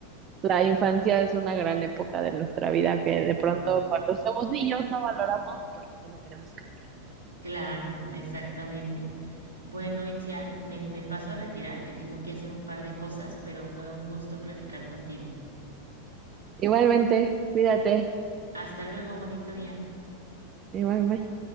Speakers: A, on the right (about 30°); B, on the right (about 70°).
A: la infancia es una gran época de nuestra vida que de pronto
B: Y
A: cuando somos niños no valoramos porque solo queremos crecer.
B: Claro, exactamente. Bueno, Itzia, me, me paso a retirar, que tengo que hacer un par de cosas, pero fue un gusto platicar contigo.
A: Igualmente, cuídate.
B: Hasta luego, bonito día.
A: Igual, bye.